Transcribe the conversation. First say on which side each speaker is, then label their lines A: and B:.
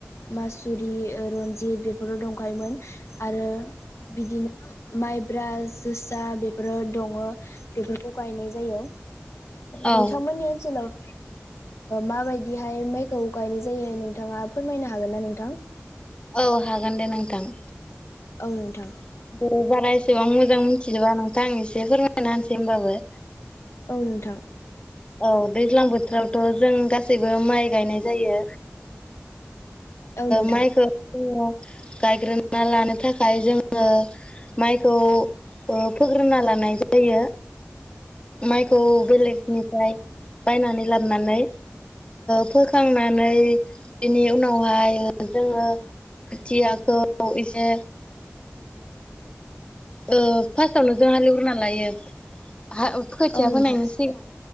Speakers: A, on the left (about 75°); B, on the left (about 25°).
A: मासुरि रनजित बेफोराव दंखायोमोन आरो बिदिनो माइब्रा जोसा बेफोरो दङ बेफोरखौ गायनाय जायो
B: औ
A: नोंथांमोननि ओनसोलाव माबायदिहाय माइखौ गायनाय जायो नोंथाङा फोरमायनो हागोन ना नोंथां
B: औ हागोन दे नोंथां
A: औ नोंथां
B: आं दे बारा एसेबां मोजां मोनथिजोबा नोंथां आं एसे फोरमायना होनसै होनोमबाबो
A: औ नोंथां
B: औ दैज्लां बोथोरावथ' जों गासैबो माइ गायनाय जायो
A: औ नोंथां
B: माइखौ जोङो गायग्रोना लानो थाखाय जोङो माइखौ फोग्रोनना लानाय जायो माइखौ बेलेगनिफ्राय बायनानै लाबोनानै फोखांनानै बिनि उनावहाय जोङो खोथियाखौ एसे फार्स्टावनो जों हालएवग्रोना लायो खोथिया
A: औ नोंथां
B: फोनायनि सिगां